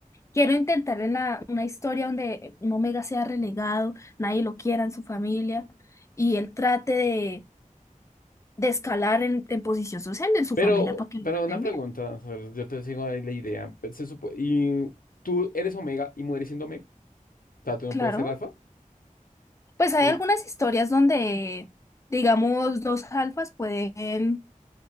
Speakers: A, on the left (about 20°); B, on the left (about 85°).
A: Quiero intentar en la, una historia donde un Omega sea relegado, nadie lo quiera en su familia y él trate de, de escalar en, en posición social en su
B: Pero,
A: familia para que lo
B: pero
A: traten
B: una pregunta,
A: bien.
B: o sea, yo te sigo ahí la idea, pues, se supo, y tú eres Omega y mueres siendo Omega. sea, tú no
A: Claro,
B: puedes ser alfa.
A: pues hay
B: Un-
A: algunas historias donde, digamos, dos alfas pueden,